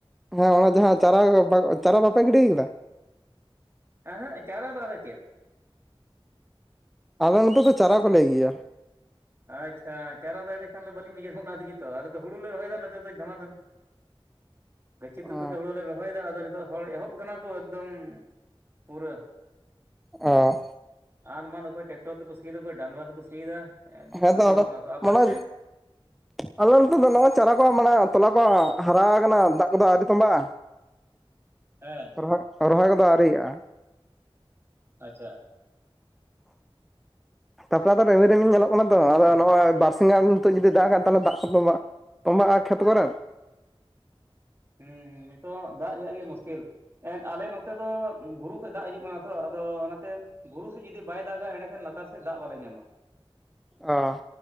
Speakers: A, in the centre; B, on the right.
A: ᱦᱮᱸ ᱚᱱᱟ ᱡᱟᱦᱟᱸ ᱪᱟᱨᱟ ᱪᱟᱨᱟ ᱵᱟᱯᱮ ᱜᱤᱰᱤ ᱟᱠᱟᱫᱟ?
B: ᱮᱸ ᱦᱮᱸᱜ ᱪᱟᱨᱟ ᱫᱚ ᱟᱨᱚ ᱪᱮᱫ?
A: ᱟᱞᱮ ᱱᱚᱛᱮ ᱫᱚ ᱪᱟᱨᱟ ᱠᱚ ᱞᱟᱹᱭ ᱜᱮᱭᱟ᱾
B: ᱟᱪᱪᱷᱟ ᱪᱟᱨᱟ ᱫᱚ ᱮᱸᱰᱮᱠᱷᱟᱱ ᱫᱚ ᱵᱟᱹᱞᱤᱧ ᱵᱩᱡᱷᱣ ᱚᱱᱟ ᱛᱮᱜᱮ ᱛᱚ ᱟᱞᱮ ᱫᱚ ᱦᱩᱲᱩ ᱞᱮ ᱨᱚᱦᱚᱭᱫᱟ ᱱᱚᱛᱮ ᱫᱚ ᱫᱷᱟᱢᱟ ᱫᱷᱟᱹᱢ ᱜᱟᱹᱪᱷᱤ
A: ᱚᱸ
B: ᱛᱩᱜ ᱠᱟᱛᱮᱜ ᱦᱩᱲᱳ ᱞᱮ ᱨᱚᱦᱚᱭᱫᱟ ᱟᱫᱚ ᱱᱤᱛᱳᱜ ᱦᱚᱲ ᱮᱦᱚᱵ ᱠᱟᱱᱟ ᱠᱚ ᱮᱠᱫᱚᱢ ᱯᱩᱨᱟᱹ
A: ᱚ
B: ᱟᱸᱫᱽ ᱢᱟᱸᱫᱽ ᱚᱠᱚᱭ ᱴᱮᱠᱴᱚᱨᱨ ᱛᱮᱠᱚ ᱥᱤᱭ ᱫᱚ ᱚᱠᱚᱭ ᱰᱟᱝᱨᱟ ᱛᱮᱠᱚ ᱥᱤᱭᱮᱫᱟ᱾ ᱮᱠᱫᱚᱢ
A: ᱦᱮᱸ
B: ᱥᱟᱹᱨᱫᱤᱣ
A: ᱫᱚ ᱟᱫᱚ
B: ᱠᱟᱱᱟ ᱠᱚ ᱟᱯᱮ
A: ᱢᱟᱱᱮ
B: ᱚᱱᱛᱮ
A: ᱟᱞᱮ ᱱᱚᱛᱮ ᱫᱚ ᱱᱚᱜᱼᱚᱭ ᱪᱟᱨᱟ ᱠᱚ ᱢᱟᱱᱮ ᱛᱚᱞᱟ ᱠᱚ ᱦᱟᱨᱟᱣ ᱟᱠᱟᱱᱟ ᱫᱟᱜ ᱠᱚᱫᱚ ᱟᱹᱣᱨᱤ ᱛᱚᱸᱵᱟᱜᱼᱟ᱾
B: ᱦᱮᱸ
A: ᱨᱚᱦᱚᱭ ᱨᱚᱦᱚᱭ ᱠᱚᱫᱚ ᱟᱹᱣᱨᱤᱭᱟᱜᱼᱟ᱾
B: ᱟᱪᱪᱷᱟ <unintelligible>
A: ᱛᱟᱯᱚᱨᱮ ᱟᱫᱚ ᱨᱮᱢᱤᱞ ᱨᱮᱢᱤᱧ ᱧᱮᱞᱚᱜ ᱠᱟᱱᱟ ᱛᱚ ᱟᱫᱚ ᱱᱚᱣᱟ ᱵᱟᱨᱥᱤᱟᱧ ᱜᱟᱱ ᱱᱤᱛᱚᱜ ᱡᱩᱫᱤ ᱫᱟᱜᱟ ᱛᱟᱦᱚᱞᱮ ᱫᱟᱜ ᱠᱚ ᱛᱚᱵᱟ ᱛᱚᱸᱵᱟᱜ-ᱟ ᱠᱷᱮᱛ ᱠᱚᱨᱮ
B: ᱦᱩᱸ ᱦᱩᱸ ᱱᱤᱛᱚᱜ ᱫᱟᱜ ᱨᱮᱭᱟᱜ ᱜᱮ ᱢᱩᱥᱠᱤᱞ᱾ ᱮᱫ ᱟᱞᱮ ᱱᱚᱛᱮ ᱫᱚ ᱵᱩᱨᱩ ᱠᱷᱚᱡ ᱫᱟᱜ ᱦᱤᱡᱩᱜ ᱠᱟᱱᱟ ᱛᱚ ᱟᱫᱚ ᱚᱱᱟᱛᱮ᱾ ᱵᱩᱨᱩ ᱥᱮᱫ ᱡᱩᱫᱤ ᱵᱟᱭ ᱫᱟᱜᱟ ᱮᱸᱰᱮᱠᱷᱟᱱ ᱞᱟᱛᱟᱨ ᱥᱮᱫ ᱫᱟᱜ ᱵᱟᱞᱮ ᱧᱟᱢᱟ᱾
A: ᱚ